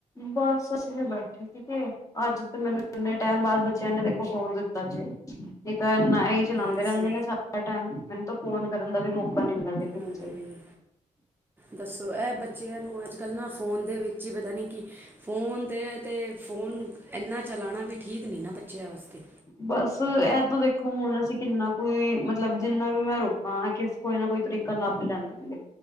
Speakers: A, on the left; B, on the right.
A: ਬਸ ਅਸੀਂ ਵੀ ਬੈਠੇ ਸੀਗੇ। ਅੱਜ ਤੇ ਮੈਨੂੰ ਇੰਨੇ ਟਾਈਮ ਬਾਅਦ ਬੱਚਿਆਂ ਨੇ ਦੇਖੋ ਫੋਨ ਦਿੱਤਾ ਜੇ। ਨੀ ਤਾਂ ਇਨਾ ਇਹੀ ਚਲਾਦੇ
B: ਦੱਸੋ
A: ਰਹਿੰਦੇ ਨੇ ਸਾਰਾ ਟੈਮ, ਮੈਨੂੰ ਤਾਂ ਫੋਨ ਕਰਨ ਦਾ ਵੀ ਮੌਕਾ ਨੀ ਮਿਲਦਾ। ਦੇਖੋ ਕਿਸੇ
B: ਆ ਰੇ
A: ਨੂੰ।
B: ਦੱਸੋ ਇਹ ਬੱਚਿਆਂ ਨੂੰ ਅੱਜ-ਕੱਲ੍ਹ ਨਾ ਫ਼ੋਨ ਦੇ ਵਿੱਚ ਹੀ ਪਤਾ ਨੀ ਕਿ ਫ਼ੋਨ ਦੇ ਤੇ ਫੋਨ ਇੰਨਾ ਚਲਾਣਾ ਵੀ ਠੀਕ ਨੀ ਨਾ ਬੱਚਿਆਂ ਵਾਸਤੇ
A: ਬਸ ਇਹ ਤੋਂ ਦੇਖੋ ਹੁਣ ਅਸੀਂ ਕਿੰਨਾ ਕੁਈ ਮਤਲਬ ਜਿੰਨਾ ਵੀ ਮੈਂ ਰੋਕ ਹਾਂ ਕਿਸ ਕੋਈ ਨਾ ਕੋਈ ਤਰੀਕਾ ਲੱਭ ਲੈਂਦੇ ਨੇ